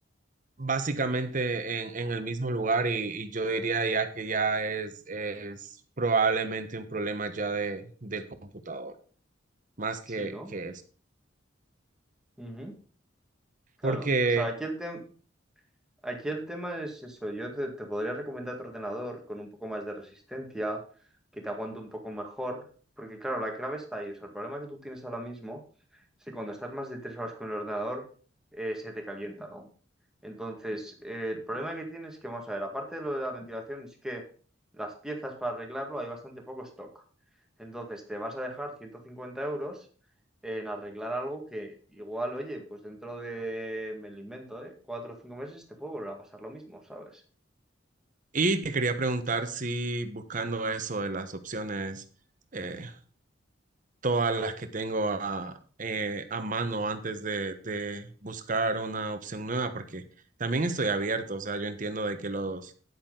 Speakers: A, on the right (about 45°); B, in the centre.
A: básicamente en, en el mismo lugar y, y yo diría ya que ya es, es probablemente un problema ya de, del computador, más que,
B: Sí, ¿no?
A: que eso.
B: Ujú. Claro.
A: Porque,
B: O sea, aquí el tema Aquí el tema es eso, yo te, te podría recomendar otro ordenador con un poco más de resistencia, que te aguante un poco mejor, porque claro, la clave está ahí, o sea, el problema que tú tienes ahora mismo es que cuando estás más de tres horas con el ordenador, eh, se te calienta, ¿no? Entonces, eh, el problema que tienes es que, vamos a ver, aparte de lo de la ventilación, es que las piezas para arreglarlo hay bastante poco stock. Entonces, te vas a dejar 150 euros en arreglar algo que igual, oye, pues dentro de, me lo invento, ¿eh? Cuatro o cinco meses te puede volver a pasar lo mismo, ¿sabes?
A: y te quería preguntar si buscando eso de las opciones, eh, todas las que tengo a, eh, a mano antes de, de buscar una opción nueva, porque también estoy abierto, o sea, yo entiendo de que los,